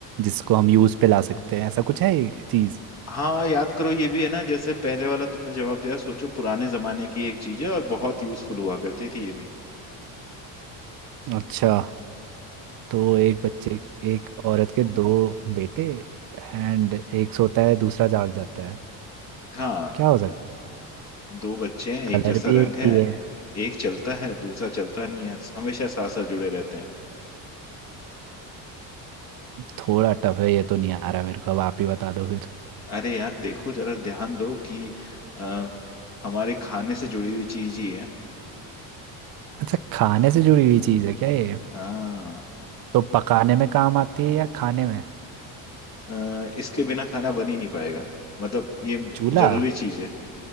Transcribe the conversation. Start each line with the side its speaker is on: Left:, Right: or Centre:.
Right: जिसको हम यूज पे ला सकते हैं ऐसा कुछ है एक चीज
Left: हाँ याद करो ये भी है ना जैसे पहले वाला तुमने जवाब दिया सोचो पुराने जमाने की एक चीज है और बहुत यूजफुल हुआ करती थी ये भी
Right: अच्छा तो एक बच्चे एक औरत के दो बेटे एंड एक सोता है दूसरा जाग जाता है
Left: हाँ
Right: क्या हो सकता है
Left: दो बच्चे हैं एक
Right: कलर
Left: जैसा
Right: भी
Left: रंग
Right: एक
Left: है
Right: ही है
Left: एक चलता है दूसरा चलता नहीं है हमेशा साथ साथ जुड़े रहते हैं
Right: थोड़ा टफ है ये तो नहीं आ रहा मेरे को अब आप ही बता दो
Left: अरे यार देखो जरा ध्यान दो कि अ, हमारे खाने से जुड़ी हुई चीज ही है
Right: अच्छा खाने से जुड़ी हुई चीज है क्या ये
Left: हाँ
Right: तो पकाने में काम आती है या खाने में
Left: अ, इसके बिना खाना बन ही नहीं पाएगा मतलब ये
Right: चूल्हा
Left: जरूरी चीज है